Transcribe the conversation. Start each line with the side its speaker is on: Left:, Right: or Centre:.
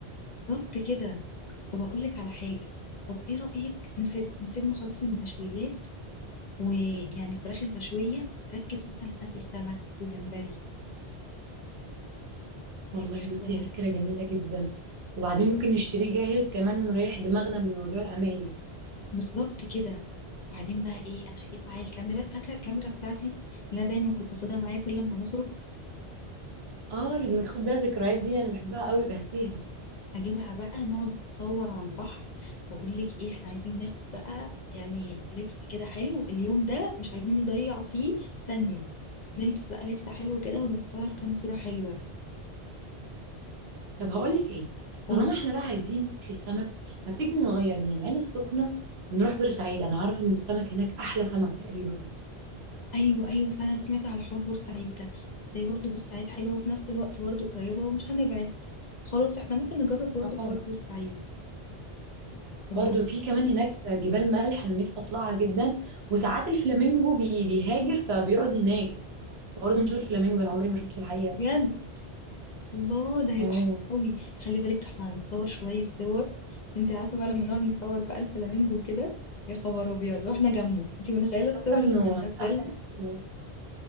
Left: بالظبط كده طب اقول لك على حاجة طب ايه رأيك نسيب نسيبنا خالص من المشويات ويعني الفراخ المشوية نركز مثلا ناكل سمك وجمبري
Right: والله
Left: هيبقى حلو
Right: بصي
Left: قوي
Right: هي فكرة جميلة جدا وبعدين ممكن نشتريه جاهز كمان ونريح دماغنا من موضوع العمايل
Left: بالظبط كده وبعدين بقى ايه انا هجيب معايا الكاميرا فاكرة الكاميرا بتاعتي اللي انا دايما كنت باخدها معايا كل لما نخرج
Right: اه اللي بناخد بيها الذكريات دي انا بحبها قوي بهتيها
Left: هجيبها بقى نقعد نتصور على البحر واقول لك ايه احنا عايزين ناخد بقى يعني لبس كده حلو اليوم ده مش عايزين نضيع فيه ثانية نلبس بقى لبس حلو كده ونتصور كام صورة حلوة
Right: طب هقول لك ايه
Left: قول
Right: طالما احنا بقى عايزين ناكل السمك ما تيجي نغير من العين السخنة ونروح بورسعيد انا عارفة ان السمك هناك احلى سمك تقريبا
Left: ايوه ايوه فعلا سمعت على حوار بورسعيد ده ازاي برضه بورسعيد حلوة وفي نفس الوقت برضه قريبة ومش هنبعد خلاص احنا ممكن نجرب برضه
Right: اه
Left: حوار بورسعيد طب
Right: برضو
Left: هقول
Right: في كمان هناك جبال ملح انا نفسي اطلعها جدا وساعات الفلامينجو بي بيهاجر فبيقعد هناك برضو نشوف الفلامينجو انا عمري ما شفته في الحقيقه
Left: بجد الله ده هيبقى
Right: اه
Left: حلو قوي خلي بالك ده احنا هنتصور شوية صور انت عارفة بقى لما نقعد نصور بقى الفلامينجو كده يا خبر ابيض واحنا جنبه انت متخيلة الصور
Right: حاسه انه
Left: لما ننزلها
Right: هتبقى احلى كتير.